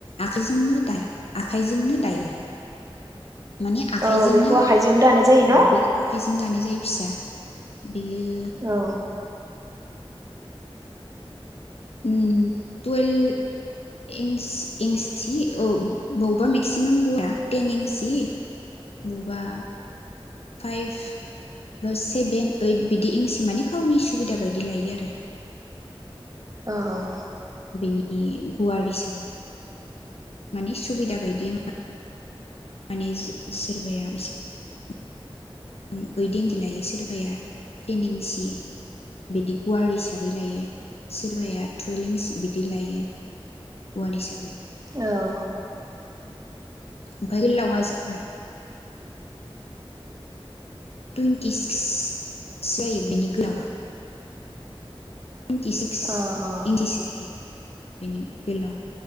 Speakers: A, on the left; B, on the right.
A: आखाइजोंनों दाया आखाइजोंनो दायो। माने आखाइजोंनो
B: औ बेखौ
A: आरो
B: आखाइजों दानाय जायो
A: ओ
B: न' औ
A: बेखौ आखाइजों दानाय जायो फिसा। बेयो
B: औ
A: उम टुवेल्भ एन्स एन्सि औ बावबा मेक्सिमाम गुवारा टेन एन्सि बौबा फाइभ बा सेभेन ओइट बिदि एन्सि माने गावनि सुबिदा बायदि लायो आरो।
B: औ
A: बेनि गुवार हिसाबै माने सुबिदा बायदि मा माने सोरबाया एसे <unintelligible> लायो सोरबाया टेन एन्सि बिदि गुवार हिसा बै लायो सोरबाया टुवेल एन्सि बिदि लायो गुवार हिसाबै।
B: औ
A: ओमफाय गोलावआ जाबाय टुइन्टि सिक्ससो जायो बेनि गोलावआ टुइन्टिसिक्स
B: अ औ
A: इन्सिसो जायो। बेनि गोलाव